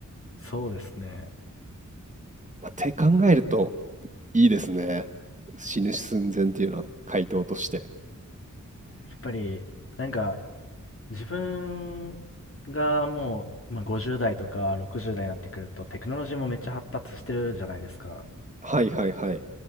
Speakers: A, on the left; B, on the right.
A: そうですね。
B: まあ、って考えるといいですね。死ぬ寸前っていうのは回答として。
A: やっぱり、なんか、自分がもう、まあ、50代とか60代になってくると、テクノロジーもめっちゃ発達してるじゃないですか。
B: はいはいはい。